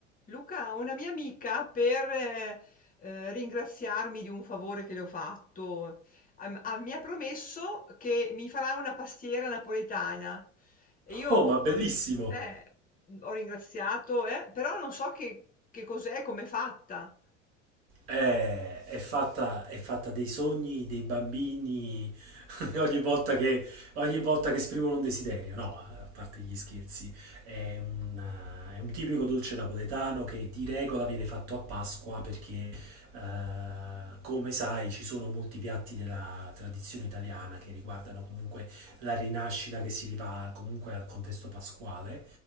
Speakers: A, on the left; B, on the right.
A: Luca, una mia amica per eh, eh, ringraziarmi di un favore che le ho fatto, am- ah, mi ha promesso che mi farà una pastiera napoletana. E io
B: Oh,
A: ho,
B: ma bellissimo!
A: eh, ho ringraziato, eh, però non so che, che cos'è, come è fatta.
B: Eh, è fatta, è fatta dei sogni dei bambini <laughs> ogni volta che, ogni volta che esprimono un desiderio, no? A parte gli scherzi, è un, eh, è un tipico dolce napoletano che di regola viene fatto a Pasqua perché, eh, come sai, ci sono molti piatti della tradizione italiana che riguardano comunque la rinascita che si riva comunque al contesto pasquale.